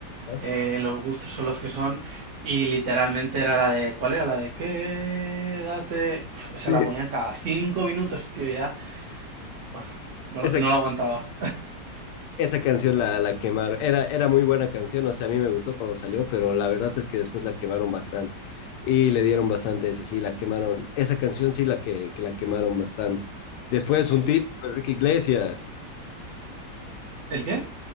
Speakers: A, on the left (about 85°); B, on the right (about 55°).
A: Ah,
B: Eh, los gustos son los que son. Y literalmente era la de. ¿Cuál era? La de quédate. Uf, esa
A: Sí.
B: la ponían cada cinco minutos, tío, ya. Buah, no,
A: Esa,
B: la- no la aguantaba.
A: esa canción la, la quemaron, era, era muy buena canción, o sea, a mí me gustó cuando salió, pero la verdad es que después la quemaron bastante y le dieron bastante ese, sí, la quemaron, esa canción sí la que, que la quemaron bastante. Después
B: Sí.
A: un tipo, Enrique Iglesias,
B: ¿El qué?